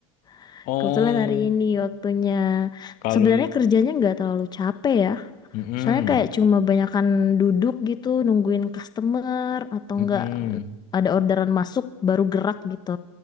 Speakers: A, on the left; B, on the left.
A: <laughs>
B: Oh,
A: Kebetulan hari ini waktunya.
B: kalau
A: Sebenarnya kerjanya nggak terlalu capek ya.
B: mm-mm.
A: Soalnya kayak cuma banyakan duduk gitu, nungguin customer atau
B: Mm-mm.
A: nggak ada orderan masuk baru gerak gitu.